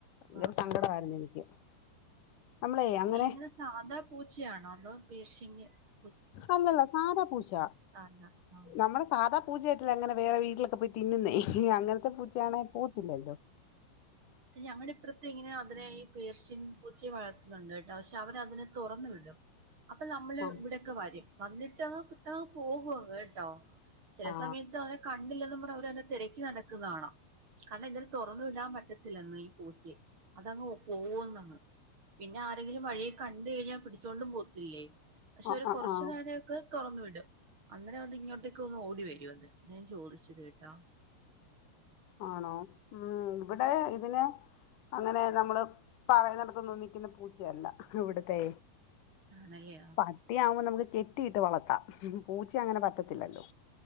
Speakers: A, on the right (about 30°); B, on the left (about 55°).
A: ആഹ്
B: ഭയങ്കര സങ്കടമായിരുന്നു
A: ആഹ്
B: എനിക്ക്. നമ്മളേ അങ്ങനെ
A: എങ്ങനെ സാധാ പൂച്ചയാണോ? അതോ പേർഷ്യൻ ക്യാ
B: അല്ലല്ല സാദാപൂച്ച
A: സാധാ ആഹ്
B: നമ്മുടെ സാദാ പൂച്ച <inaudible> അങ്ങനെ വേറെ വീട്ട്ലൊക്കെപോയി തിന്ന്ന്നെ ഈ അങ്ങനത്തെ പൂച്ചയാണ പോവാതില്ലല്ലോ
A: ഞങ്ങളുടെ ഇപ്പറത്തെ ഇങ്ങനെ അതിനെ ഈ പേർഷ്യൻ പൂച്ചെ വളർത്തുന്നുണ്ട് കേട്ടോ പക്ഷെ അവന അതിനെ തുറന്നു വിടും അപ്പൊ നമ്മള്
B: ആ
A: ഇവിടെയൊക്കെ വരും വന്നിട്ട <inaudible> ട്ടന്ന് പോകുവങ്ങ് കേട്ടോ ചില
B: ആ
A: സമയത്ത് <unintelligible> കണ്ടില്ലെന്നുപറഞ്ഞെ അവരെയേതിനെ തെരക്കി നടക്കുന്ന കാണാം <unintelligible> തുറന്നു വിടാൻ പറ്റ ത്തില്ലന്ന് ഈ പൂച്ച അതങ്ങ് പോവ്വന്നങ്ങ് പിന്നെ ആരെങ്കിലും വഴിയികണ്ട കഴിഞ്ഞാൽ പിടിച്ചൊണ്ടും പോകത്തില്ലേ പക്ഷെ
B: ആ
A: ഒരു
B: ആ
A: കൊറച്ചു
B: ആ
A: നേരൊക്കെ തൊറന്നു വിടും അന്നെരം അത് ഇങ്ങോട്ടേക്ക് ഒന്ന് ഓടി വരും അതെ ഞാൻ ചോദിച്ചത് കേട്ടാ
B: ആണോ മ് ഇവിടെ ഇതിന് അങ്ങനെ നമ്മള് പറയന്നട്ത്തൊന്നും നി ക്കുന്ന പൂച്ചയല്ല ഇവിടെ തേ
A: ആണല്ലേ
B: പട്ടി ആവുമ് നമ്മക്ക് കെട്ടിയിട്ട് വളത്താം പൂച്ചെ അങ്ങനെ പറ്റത്തില്ലല്ലോ